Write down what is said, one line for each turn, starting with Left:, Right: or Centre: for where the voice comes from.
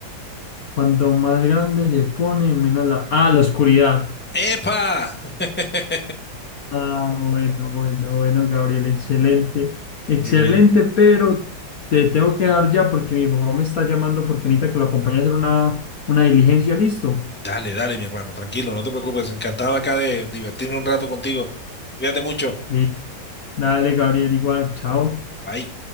Left: Cuanto más grande se pone, menos la... Ah, la oscuridad.
Centre: ¡Epa! <laughs>
Left: Ah, bueno, bueno, bueno, Gabriel, excelente. Excelente,
Centre: Muy bien.
Left: pero te tengo que dejar ya porque mi papá me está llamando porque necesita que lo acompañe a hacer una, una diligencia, ¿listo?
Centre: Dale, dale, mi hermano, tranquilo, no te preocupes, encantado acá de divertirme un rato contigo. Cuídate mucho.
Left: Listo. Dale, Gabriel, igual. Chao.
Centre: Bye.